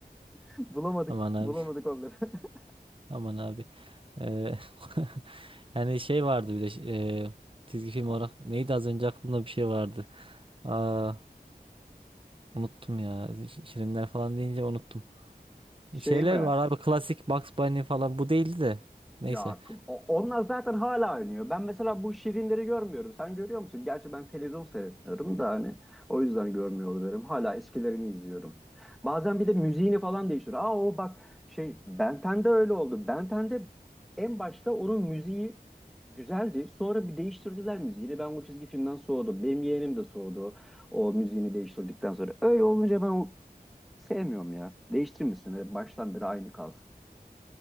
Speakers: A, in the centre; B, on the right.
A: <laughs> Bulamadık.
B: aman abi.
A: Bulamadık onları. <laughs>
B: Aman abi. Eee, <laughs> yani şey vardı bir de eee, çizgi film olarak neydi az önce aklımda bir şey vardı. Aa, unuttum ya. Ş- Şirinler falan deyince unuttum.
A: Şey
B: Şeyler
A: mi?
B: var abi klasik Bugs Bunny falan bu değildi de. Neyse.
A: Ya k- o- onlar zaten hala oynuyor. Ben mesela bu Şirinleri görmüyorum. Sen görüyor musun? Gerçi ben televizyon seyretmiyorum da hani o yüzden görmüyor olabilirim. Hala eskilerini izliyorum. Bazen bir de müziğini falan değiştiriyor. Aa o bak şey Ben 10'de öyle oldu. Ben 10'de en başta onun müziği güzeldi. Sonra bir değiştirdiler müziğini. Ben o çizgi filmden soğudum. Benim yeğenim de soğudu o müziğini değiştirdikten sonra. Öyle olunca ben o sevmiyorum ya. Değiştirmesinler. Baştan beri aynı kalsın.